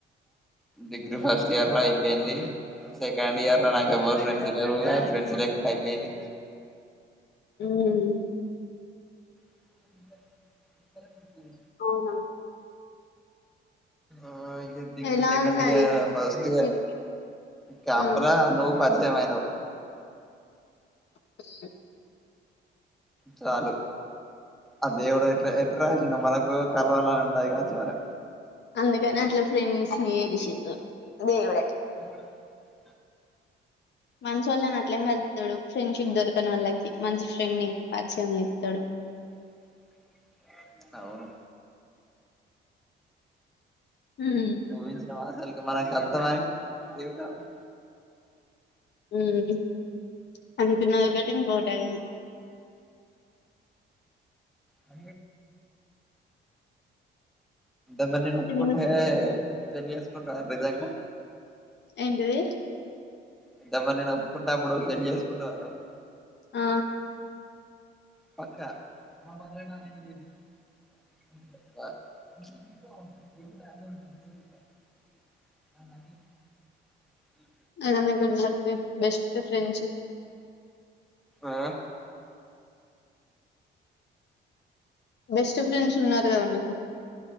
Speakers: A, in the centre; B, on the left.
A: డిగ్రీ ఫస్ట్ ఫస్ట్ ఇయర్ అయిపోయింది సెకండ్ ఇయర్ లో నాకు ఎవరు ఫ్రెండ్స్ లేరు ఇగా ఫ్రెండ్స్ లేకుండా అయిపోయింది
B: ఉమ్
A: <unintelligible>
B: అవునా
A: ఆ ఇగా డిగ్రీ
B: ఎలా
A: సెకండ్
B: ఉన్నది
A: ఇయర్ ఫస్ట్ లో
B: ఇప్
A: కపరా
B: ఉమ్
A: నువు పరిచయం అయినవ్
B: అ <unintelligible>
A: చాలు ఆ దేవుడు ఎట్లా ఎట్లా రాసిడో మనకు కలవాలని ఉన్నది కావచ్చు మరి
B: అందుకని అట్ల ఫ్రెండ్స్ ని చేసింది దేవుడే
A: అంది కూడా కరెక్ట్
B: మంచి వాళ్ళని అట్లనే కలుపుతాడు ఫ్రెండ్షిప్ దొరకనోళ్లకి మంచి ఫ్రెండ్ ని పరిచయం చేస్తాడు
A: <inaudible> అవును
B: ఉమ్
A: ఊహించినవాసాలు మనం కలుస్తామని జీవితంలో
B: హమ్ అనుకున్నదొకటి ఇంకొకటి అయింది
A: ఆ అంటే నేను ఒప్పుకుంటే
B: ఉమ్
A: పెళ్లి చేసుకుంటావా నిజంగా
B: ఏంటిది
A: అంటే మరి నిను ఒప్పుకుంటే అప్పుడు పెళ్లి చేసుకుంటానా నన్ను
B: ఆ
A: పక్కా <unintelligible> అ <unintelligible>
B: అయినా మీకు ఉన్నరు బెస్ట్ ఫ్రెండ్స్
A: ఆ
B: బెస్ట్ ఫ్రెండ్స్ ఉన్నారు కదా మీకు